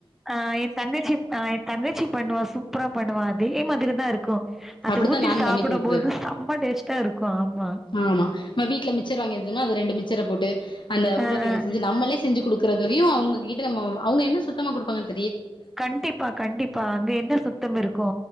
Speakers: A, in the centre; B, on the left.
A: ஆஹ் எ தங்கச்சி ஆஹ் எ தங்கச்சி பண்ணுவா சூப்பரா பண்ணுவா அ தே மாதிரிதா இருக்கு அது
B: அப்டித்தா
A: ஊத்தி
B: நான்
A: சாப்பிடும்
B: பண்ணி கொடுக்கறது
A: போது செம்ம டேஸ்ட்டா இருக்கு ஆமா
B: ஆமா நம்ம வீட்ல மிச்சர் வாங்கியிவெச்சோமா அது ரெண்டு மிச்சர போட்டு அந்த உருளக்கெழங்கு
A: ஆ
B: செஞ்சு நம்மளே செஞ்சு கொடுக்குறது தெரியு அவங்ககிட்ட நம்ம அவங்க என்ன சுத்தமா கொடுப்பாங்கன்
A: கண்டிப்பா கண்டிப்பா அங்க என்ன சுத்தம் இருக்கு